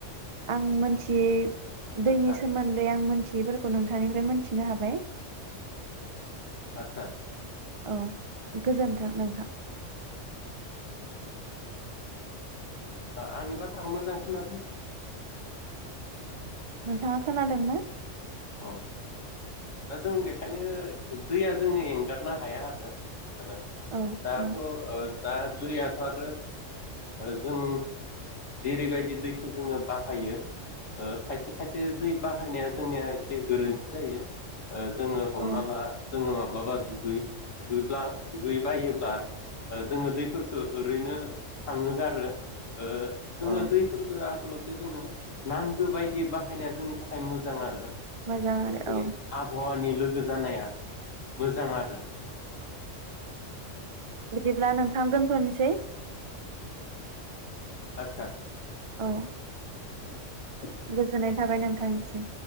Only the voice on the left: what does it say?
आदसा
आतसा
ओ आंनि बाथ्राखौ मोजां खोनादोंना?
अ दा जों बेखायनो दैया जोंनि एंगारनो हाया आरो ओ
दाथ'
ओ दा दैयाथ' आरो ओ जों जेरैबायदि दैखौ जोङो बाहायो ओ खायसे खायसे दै बाहायनाया जोंनिया इसे गोरोन्थि जायो। ओ जोङो हमना
ला जोङो माब्लाबा दुगै दुगैब्ला दुगैबायोब्ला ओ जोङो दैफोरखो ओरैनो थांहोगारो। ओ जोङो
दैफोरखो आख सलथे जोङो नांगौ बायदि बाहायनाया जोंनि थाखाय मोजां आरो मोनसे
आबहावानि लोगोज जानाया मोजां आरो
आदसा
<inaudible>